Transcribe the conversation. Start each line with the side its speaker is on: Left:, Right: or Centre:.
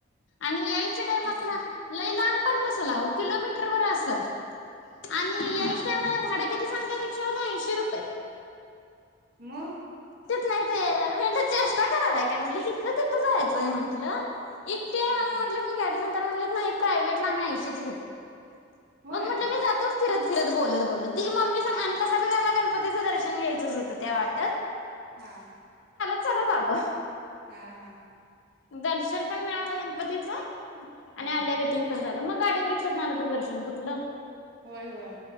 Left: आणि याय टाम
Right: हा
Left: लई लाब ् किलोमीटर वर असल आणि
Right: हा
Left: यायचा टाइमला भाड क सांगा रिक्षा शी रुपये
Right: म
Left: तिथ नाही यायला म्हट चेष्टा करालाय काय म्हटलं हथ ना तिथं जायचंय म्हंटलं इते
Right: हा
Left: म्हटलं तर म्हणटले नाही प्रायव्टला आम्ही ऐशीच घेते
Right: होय
Left: मग म्हटलं मी जातो फिरत फिरत बोलत बोलत मम्मी स कसा ब गणपतीचं दर्शन घ्यायचंच होतं त्या वाटत
Right: हा
Left: ल दल
Right: हा हा
Left: दर्शन पण मिळालं गणपतीच आणि
Right: हा
Left: आल्या ग तीन पण झा मग गाडीत रिक्षात आलं तर दर्शन कुठलं
Right: होय होय